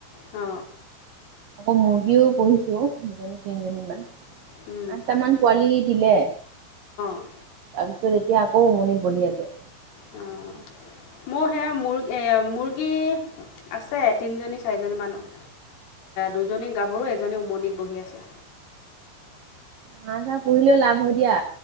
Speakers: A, on the left (about 85°); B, on the right (about 65°).
A: অ,
B: আকৌ মুৰ্গীও পঢ়িছে। দুজনী তিনিজনী মান
A: অঁ
B: আঠটামান পোৱালি দিলে।
A: অঁ
B: তাৰপিছত এতিয়া আকৌ উমনিৰ বহি আছে।
A: অঁ মোৰ সেয়া মুৰ্গী, মুৰ্গী আছে তিনিজনী চাৰিজনী মানৰ দুজনী গাভৰু এজনী উমনিত বহি আছে।
B: হা, পহিলে। লাভ হয় দিয়া